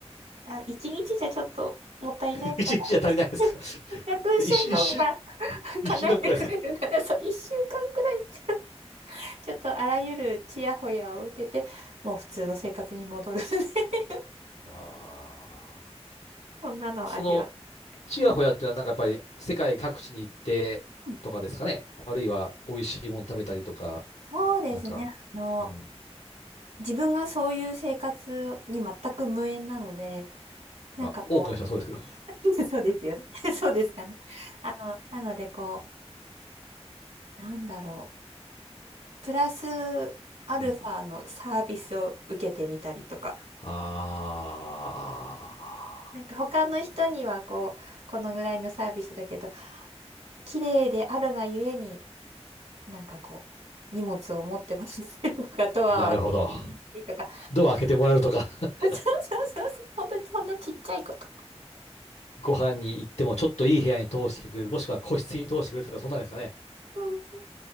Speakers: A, on the right; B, on the left.
A: あ、一日じゃちょっともったいないから、
B: <laughs> 一日じゃ足りないですかじ
A: <laughs> せっかくシェンロンが
B: ゃ <laughs> 一週、一週、一週間くらいですか
A: 叶えてくれるなら、そう、一週間くらい。ちょっとあらゆるちやほやを受けて、もう普通の生活に戻るね <laughs>
B: ああ。
A: そんなのを味わ
B: その、ちやほやっていうのはなんかやっぱり世界各地に行ってとかですかね。
A: う。うん。うん
B: あるいは美味しいもの食べたりとか、
A: そうですね。
B: なんか、
A: あの、
B: うん。
A: 自分がそういう生活に全く無縁なので、なんかこ
B: まあ、多くの人はそうですけど。
A: う、<laughs> そうですよね。<laughs> そうですかね。あの、なのでこう、なんだろう。プラスアルファのサービスを受けてみたりとか。
B: うん。ああ。
A: なんか他の人にはこう、このぐらいのサービスだけど、綺麗であるがゆえになんかこう、荷物を持ってもらったりとか、ドアを開けてもらったりとか、
B: なるほど。ドア開けてもらえるとか、
A: <laughs>
B: <laughs>
A: そうそうそうそう、本当にそんなちっちゃいこと。
B: ご飯に行ってもちょっといい部屋に通してくれる、もしくは個室に通してくれるとか、そんなんですかね。
A: そうそう。